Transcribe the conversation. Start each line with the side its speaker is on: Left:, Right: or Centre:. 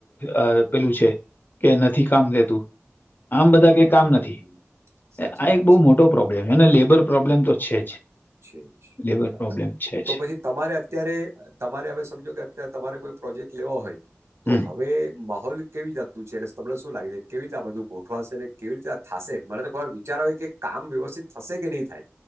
Left: અહ પેલું છે? કે નથી કામ લેતું, આમ
Right: હમ્મ
Left: બધા કેય કામ નથી.
Right: સાચી
Left: આ
Right: વાત
Left: એક બહુ
Right: છે
Left: મોટો પ્રોબ્લેમ. અને લેબર પ્રોબ્લેમ તો છે જ.
Right: છે-છે
Left: લેબર
Right: બરાબર
Left: પ્રોબ્લેમ છે
Right: તો
Left: જ
Right: પછી તમારે અત્યારે તમારે હવે સમજો કે અત્યારે તમારે કોઈ પ્રોજેક્ટ લેવો હોય. તો
Left: હમ,
Right: હવે માહોલ કેવી જાતનું છે એટલે તમને શું લાગે છે કેવી રીતે આ બધું ગોઠવાશે ને કેવી રીતે આ થાશે મને તોઈ વાર વિચારોય કે કામ વ્યવસ્થિત થશે કે ની થાય.